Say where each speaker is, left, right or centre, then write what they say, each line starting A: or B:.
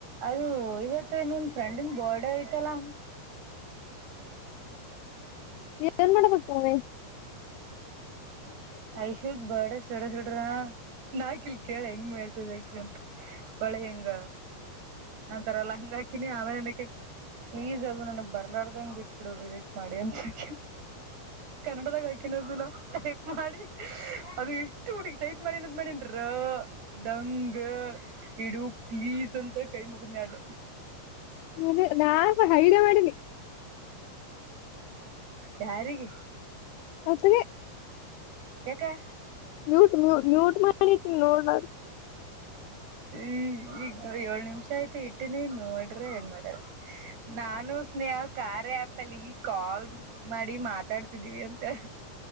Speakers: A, on the right (about 65°); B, on the left (about 90°).
A: ಅದು ಇವತ್ತು ನಿಮ್ ಫ್ರೆಂಡನ್ ಬೋರ್ಡ ಐ್ತಲ್ಲ.
B: ಏನ್ ಮಾಡಬಕ್ತಾವ <unintelligible>
A: ಐಷುತ್ ಬಡ ಸಡಡ್ರನಾ <unintelligible> ನಾಕಿಲ್ ಕೇಳ ಹೆಂಗ್ ಮೆಸೇಜ್ ಹಾಕಿ ಅಂತ. ಒಳೆ ಹೆಂಗ ಅಂತರಲ್ಲಾ ಹಂಗ ಹಾಕಿನಿ. ಆಮೇಲೆ ನನಗೆ ಪ್ಲೀಸ್ ಅದು ನನ್ಗ್ ಬರ್ಲಾರ್ದಂಗ್ ಇಟ್ಬಿಡು. ರಿಲೀಟ್ ಮಾಡಿ ಅಂತ ಹಾಕಿ- ಕನ್ನಡದಾಗ, - ಕಿನ ಅದನ- ಮಾಡಿ ಅದು ಇಷ್ಟು ಹುಡುಗ ಟೈಪ್ ಮಾಡಿನದ್ ಮಾಡಿನಿ. ಡಂಗ ಇಡು ಪ್ಲೀಸ್ ಅಂತ ಕೈ ಮುಗಿದ್ನ ಆಡ,
B: ಅ ನಾ ಹೈಡ ಮಾಡಿನಿ. -
A: ಯಾರಿಗೆ,
B: ಅತ್ತೆಗೆ <unintelligible>
A: ಯಕಾ,
B: ಮ್ಯೂಟ್, ಮ್ಯೂಟ್, ಮ್ಯೂಟ್ ಮಾಡತೀವಿ ನೋಡ.
A: ಈ ಈಗ ಏಳ್ ನಿಮಿಷ ಆಯ್ತ ಇಟ್ಟನಿ ನೋಡ್ರ ಏನ್ ಮಾಡರ. ನಾನು ಸ್ನೇಹ ಕಾರ್ಆ್ಯಪಲ್ಲಿ ಕಾಲ್ ಮಾಡಿ ಮಾತಾಡ್ತಿದೀವಿ ಅಂತ, -